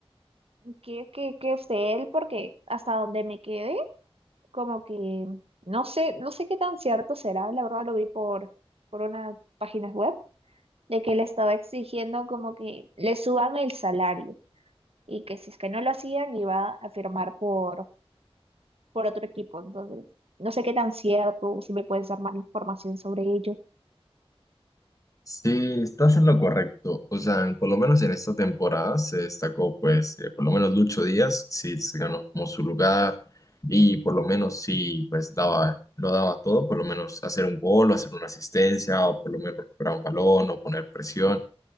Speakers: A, on the right; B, on the left.
A: que, que, que es él, porque hasta donde me quedé, como que no sé, no sé qué tan cierto será, la verdad lo vi por, por unas páginas web, de que le estaba exigiendo como que le suban el salario y que si es que no lo hacían iba a firmar por, por otro equipo. Entonces, no sé qué tan cierto, si me puedes dar más información sobre ello.
B: Sí, estás en lo correcto. O sea, por lo menos en esta temporada se destacó, pues, eh, por lo menos Lucho Díaz, sí, se ganó como su lugar y por lo menos sí, pues, daba, lo daba todo, por lo menos hacer un gol o hacer una asistencia o por lo menos recuperar un balón o poner presión.